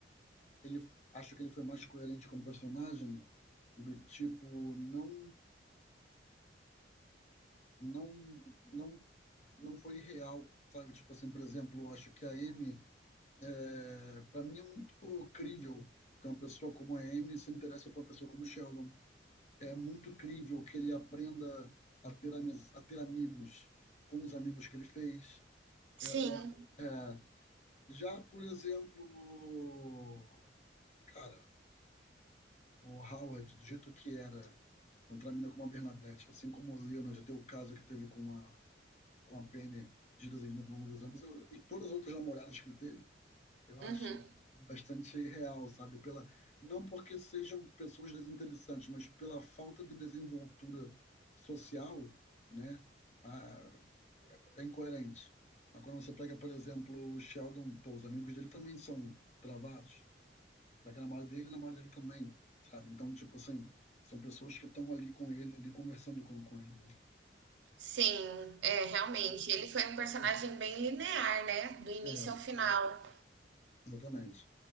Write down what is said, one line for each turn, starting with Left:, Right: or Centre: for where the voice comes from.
Left: ele acho que ele foi mais coerente como personagem, do tipo, não, não, não, não foi real, sabe? Tipo assim, por exemplo, eu acho que a Amy É, para mim é muito crível que uma pessoa como a Amy se interesse por uma pessoa como o Sheldon. É muito crível que ele aprenda a ter, amiz- a ter amigos com os amigos que ele fez.
Right: Sim,
Left: Eu- eu- é, já, por exemplo, cara, o Howard, do jeito que era, contra a menina como a Bernadette, assim como o Leonard, já teve o caso que teve com a, com a Penny de Deus ao longo dos anos, eu- e todas as outras namoradas que ele teve, Eu
Right: uhum,
Left: acho bastante real, sabe? Pela, não porque sejam pessoas desinteressantes, mas pela falta de desenvoltura social, né? Ah, é incoerente. Mas quando você pega, por exemplo, o Sheldon, pô, os amigos dele também são travados. Pega a namorada dele, a namorada dele também, sabe? Então, tipo assim, são pessoas que estão ali com ele, ali conversando com, com ele, né?
Right: sim, é, realmente. Ele foi um personagem bem linear, né? Do início
Left: É, é,
Right: ao final.
Left: exatamente.